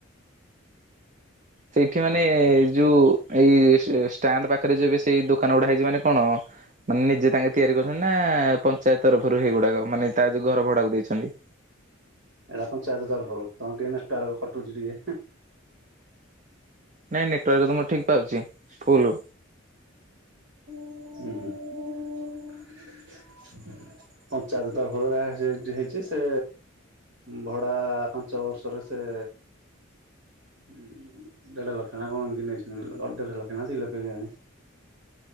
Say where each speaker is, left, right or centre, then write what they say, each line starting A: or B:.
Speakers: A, on the right; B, on the right.
A: ସେଇଠି ମାନେ
B: ହଁ
A: ଯୋଉ ଏଇ ଷ୍ଟାଣ୍ଡ ପାଖରେ ଯୋବେ ସେଇ ଦୋକାନ ଗୁଡ଼ା ହେଇଚି ମାନେ କଣ ମାନେ ନିଜେ ତାଙ୍କେ ତିଆରି କରଛନ୍ତି ନା ପଞ୍ଚାୟତ ତରଫରୁ ହେଇଗୁଡ଼ାକ ମାନେ ତା ଯଉ ଘର ଭଡ଼ାକୁ ଦେଇଛନ୍ତି।
B: ଏଟା ପଞ୍ଚାୟତ ତରଫରୁ ତମର ଟିକେ ନେଟୱାର୍କ କଟୁଚି ଟିକେ ହେଁ।
A: ନାଇଁ ନେଟୱାର୍କତ ମୋର ଠିକ୍ ପାଉଚି ଫୁଲ୍।
B: ଉଁ ହୁଁ। ପଞ୍ଚାୟତ ତରଫରୁ ଏରା ସେଇଟି ହେଇଚି ସେ ଭଡ଼ା ପାଞ୍ଚ ବର୍ଷର ସେ ହଁ ଦେଢ ଲକ୍ଷନା କଣ ଇମିନ୍ତି ନେଇଚନ୍ତି ଦେଢ ଲକ୍ଷନା ଦିଲକ୍ଷ କେଆଣି।